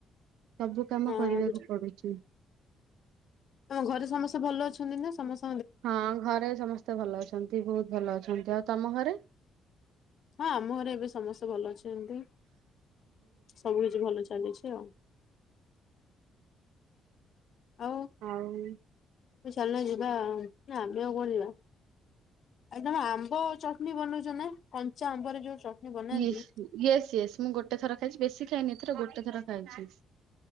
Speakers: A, on the right; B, on the left.
A: ସବୁ କାମ
B: ହଁ
A: କରିବାକୁ ପଡୁଚି।
B: ତୋମ ଘରେ ସମସ୍ତେ ଭଲ ଅଛନ୍ତି ନା? ସମସ
A: ହଁ ଘରେ ସମସ୍ତେ ଭଲ ଅଛନ୍ତି, ବହୁତ ଭଲ ଅଛନ୍ତି। ଆଉ ତୋମ ଘରେ?
B: ହଁ ଆମ ଘରେ ଏବେ ସମସ୍ତେ ଭଲ ଅଛନ୍ତି, ସବୁ କିଛି ଭଲ ଚାଲିଛି ଆଉ। ଆଉ
A: ଆଉ
B: ଚାଲୁନ ଯିବା ନା ଆମେ ଆଉ କୁଆଡେ ଯିବା। ଆଉ ତମେ ଆମ୍ବ ଚଟନୀ ବନଉଛ ନା କଞ୍ଚା ଆମ୍ବରେ ଯୋଉ? ଚଟଣି ବନାନ୍ତି
A: ୟେସ ୟେସ ୟେସ ମୁଁ ଗୋଟେ ଥର ଖାଇଛି ବେଶୀ ଖାଇନି ଏଥର ଗୋଟେ ଥର ଖାଇଛି।